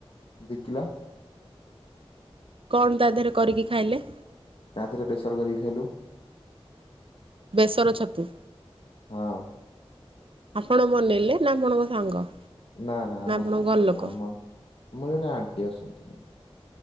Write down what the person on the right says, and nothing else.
କଣ ତା ଦେହରେ କରିକି ଖାଇଲେ,
ବେସର ଛତୁ।
ଆପଣ ବନେଇଲେ ନା ଆପଣଙ୍କ ସାଙ୍ଗ?
ଆପଣଙ୍କ
ଘର ଲୋକ?